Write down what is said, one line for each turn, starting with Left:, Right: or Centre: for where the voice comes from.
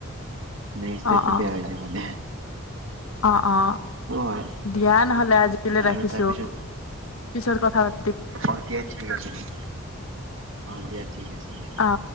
Right: নেক্সট ডেটো
Left: অ অ
Right: বেয়া হৈ যাব দে
Left: অ অ
Right: হয়
Left: দিয়া নহলে আজিলৈ
Right: আৰু
Left: ৰাখিছো
Right: তাৰপিছত
Left: পিছত কথা প
Right: অ, দিয়া ঠিক আছে দিয়া- অ, দিয়া ঠিক আছে দিয়া।
Left: অ